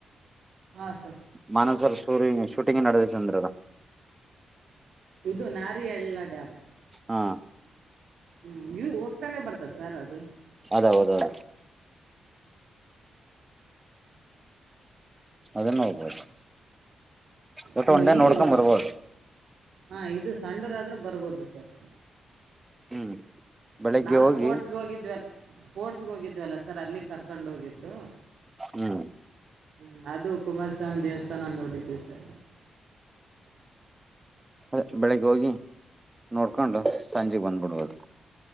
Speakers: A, on the right (about 70°); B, on the right (about 20°).
A: ಹಾಂ ಸರ್
B: ಮಾನಸರ <unintelligible> ಶೂಟಿಂಗ್ ನಡದೈತೆ ಅಂದ್ರಲ.
A: ಇದು ನಾರಿಹಳ್ಳ ಡ್ಯಾಮ್.
B: ಹಾ
A: ಹ್ಮ್ ಇದು ಹೋಗ್ತಾನೆ ಬರ್ತದ ಸರ್ ಅದು.
B: ಅದ ಹೌದೌದ ಅದನ್ನು ಹೋಗ್ಬೋದು ಒಟ್ಟು
A: ಹ್ಮ್
B: ಒನ್
A: ಇಲ್ಲಿಗೂ
B: ಡೆ ನೋಡ್ಕೊಂಡ್ ಬರ್ಬೋದು.
A: ಹಾ ಇದು ಸಂಡೂರ ಆದ್ರೆ ಬರ್ಬೋದು ಸರ್.
B: ಹ್ಮ್ ಬೆಳಿಗ್ಗೆ
A: ನಾವು
B: ಹೋಗಿ
A: ಸ್ಪೋರ್ಟ್ಸ್ಗೆ ಹೋಗಿದ್ವಲ್ಲ ಸ್ಪೋರ್ಟ್ಸ್ಗೆ ಹೋಗಿದ್ವಲ್ಲ ಸರ್ ಅಲ್ಲಿ ಕರ್ಕೊಂಡು ಹೋಗಿದ್ರು.
B: ಹ್ಮ್
A: ಹ್ಮ್ ಅದು ಕುಮಾರಸ್ವಾಮಿ ದೇವಸ್ಥಾನ ನೋಡಿದವಿ ಸರ್.
B: ಅದೇ ಬೆಳಿಗ್ಗೆ ಹೋಗಿ ನೋಡ್ಕೊಂಡು ಸಂಜೆಗ್ ಬಂದ್ಬಿಡಬೋದ್.